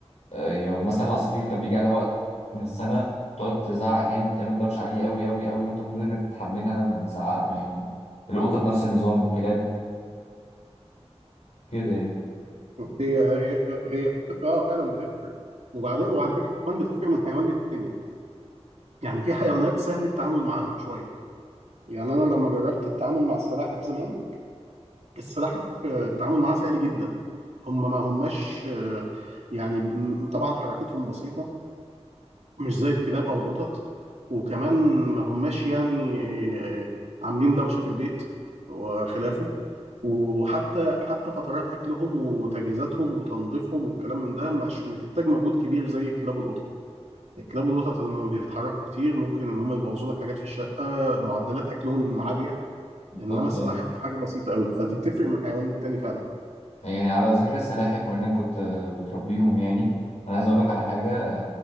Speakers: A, on the left; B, on the right.
A: آه، يعني مثلا العصافير كان بيجي عليها وقت من السنة تقعد تزعق جامد تعمل دوشة عالية أوي أوي أوي وأنت المفروض إنك تتحملها من زعق يعني القطط نفس النظام الكلاب كده يعني
B: هي هي هي اه فعلا بتفرق وبعدين وعلى فكره كمان بتفرق من حيوان للتاني يعني في حيوانات سهل التعامل معاها شويه يعني انا لما جربت التعامل مع السلاحف زمان السلاحف آه، التعامل معاها سهل جدا هم ما هماش آه، يعني م- طبعا حركتهم بسيطة مش زي الكلاب أو القطط وكمان ما هماش يعني آه، عاملين دوشة في البيت وخلافه وحتى حتى فترات أكلهم وتجهيزاتهم وتنظيفهم والكلام من ده مش بتحتاج مجهود كبير زي الكلاب والقطط الكلاب والقطط لما بيتحركوا كتير ممكن إن هم يبوظوا لك حاجات في الشقة معدلات أكلهم عالية
A: بالظبط
B: إنما السلاحف
A: آه.
B: حاجة بسيطة أوي فدي بتفرق من حيوان للتاني فعلا
A: يعني على ذكر السلاحف وانك كنت بتربيهم يعني انا عايز اقول لك على حاجه